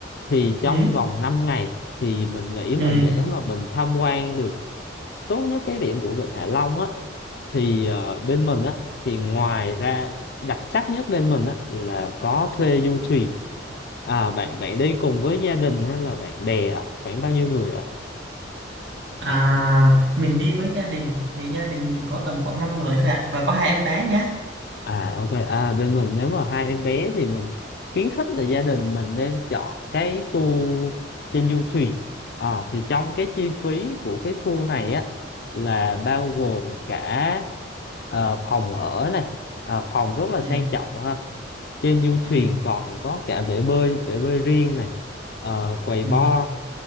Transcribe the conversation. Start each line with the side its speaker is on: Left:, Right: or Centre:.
Left: Thì trong
Right: ừ
Left: vòng 5 ngày thì mình nghĩ mà
Right: ừ
Left: để mà mình tham quan được tốt nhất cái điểm của Vịnh Hạ Long á thì ờ, bên mình á thì ngoài ra đặc sắc nhất bên mình á là có thuê du thuyền. À bạn bạn đi cùng với gia đình hay là bạn bè à? Khoảng bao nhiêu người ạ?
Right: À, mình đi với gia đình thì gia đình mình có tầm khoảng 5 người thôi ạ và có hai em bé nhá.
Left: À ok, à bên mình nếu mà hai em bé thì mình khuyến khích là gia đình mình nên chọn cái tour trên du thuyền. À thì trong cái chi phí của cái tour này á là bao gồm cả ờ, phòng ở này, Ờ, phòng rất là sang
Right: Ừ.
Left: trọng ha. Trên du
Right: Ừ.
Left: thuyền còn có cả bể bơi, bể bơi riêng này, ờ, quầy
Right: Ừ.
Left: bar,